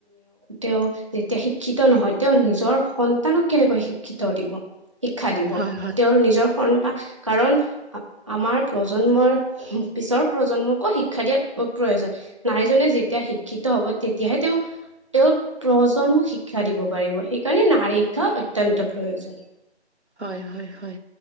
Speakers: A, on the right; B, on the right.
A: তেওঁ যেতিয়া শিক্ষিত নহয়, তেওঁ নিজৰ সন্তানক কেনেকৈ শিক্ষিত দিব। শিক্ষা দিব।
B: হয় হয়
A: তেওঁৰ নিজৰ সন্তান কাৰণ আমাৰ প্ৰজন্মৰ পিছৰ প্ৰজন্মকো শিক্ষা দিয়াৰ
B: হয়
A: খুব প্ৰয়োজন। নাৰীজনে যেতিয়া শিক্ষিত হ'ব। তেতিয়াহে তেওঁ তেওঁৰ প্ৰজন্মক শিক্ষা দিব পাৰিব। সেইকাৰণে নাৰিকা অতয়ন্ত প্ৰয়োজন।
B: হয়-হয়-হয়